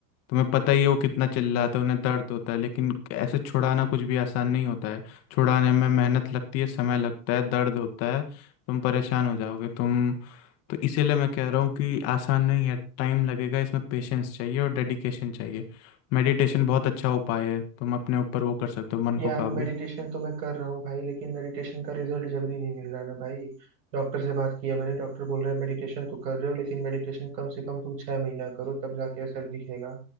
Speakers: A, on the left (about 30°); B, on the right (about 85°).
A: तुम्हें पता ही है वो कितना चिल्लाते हैं उन्हें दर्द होता है लेकिन ऐसे छुड़ाना कुछ भी आसान नहीं होता है छुड़ाने में मेहनत लगती है समय लगता है दर्द होता है तुम परेशान हो जाओगे तुम तो इसीलिए मैं कह रहा हूँ कि आसान नहीं है टाइम लगेगा इसमें पेशेंस चाहिए और डेडिकेशन चाहिए मेडिटेशन बहुत अच्छा उपाय है तुम अपने ऊपर वो कर सकते हो मन
B: यार
A: को काबू
B: मेडिटेशन तो मैं कर रहा हूँ भाई लेकिन मेडिटेशन का रिजल्ट जल्दी नहीं मिल रहा ना भाई डॉक्टर से बात किया मैंने डॉक्टर बोल रहा है मेडिटेशन तो कर रहे हो लेकिन मेडिटेशन कम से कम तुम छह महीना करो तब जाके असर दिखेगा